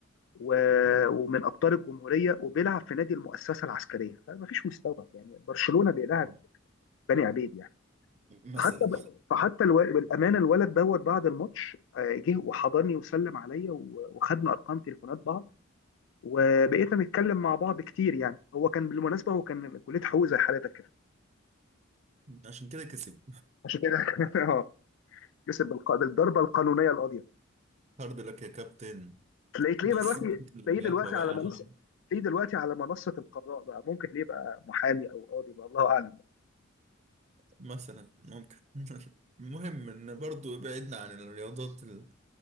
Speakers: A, on the left; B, on the right.
A: و- ومن ابطال الجمهوريه وبيلعب في نادي المؤسسه العسكريه فما فيش مستوى يعني برشلونه بيلعب
B: اه
A: بني عبيد يعني
B: مثلا
A: حتى ب... فحتى الو... بالامانه الولد دوت بعد الماتش آه، جه وحضني وسلم عليا و... وخدنا ارقام تليفونات بعض وبقيت نتكلم مع بعض كتير يعني هو كان بالمناسبه هو كان من كليه حقوق زي حالتك كده
B: <laughs> عشان كده كسب
A: عشان كده <laughs> اه كسب بالق... بالضربه القانونيه القاضيه
B: هارد لك يا كابتن
A: تلاقيه تلاقيه
B: بس
A: بقى دلوقتي
B: سيبك من
A: تلاقيه
B: الملاكمة
A: دلوقتي
B: بقى
A: على
B: عشان
A: منصه تلاقيه دلوقتي على منصه القضاء بقى ممكن ليه بقى محامي او قاضي بقى الله اعلم بقى
B: مثلا ممكن <laughs> المهم ان برضو ابعدنا عن الرياضات ال-